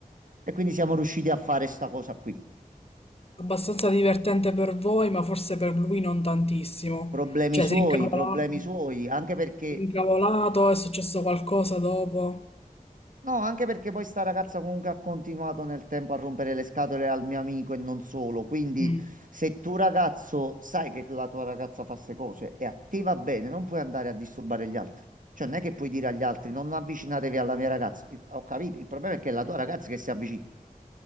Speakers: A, on the right; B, on the left.
A: e quindi siamo riusciti a fare sta cosa qui.
B: abbastanza divertente per voi, ma forse per lui non tantissimo.
A: Problemi
B: Cioè,
A: suoi,
B: si è incavolato,
A: problemi suoi, anche perché
B: si è incavolato, è successo qualcosa dopo.
A: No, anche perché poi sta ragazza comunque ha continuato nel tempo a rompere le scatole al mio amico e non solo. Quindi,
B: Mm.
A: se tu ragazzo sai che la tua ragazza fa queste cose e a te va bene, non puoi andare a disturbare gli altri. Cioè, non è che puoi dire agli altri non avvicinatevi alla mia ragazza. Il- ho capito, il problema è che è la tua ragazza che si avvicina.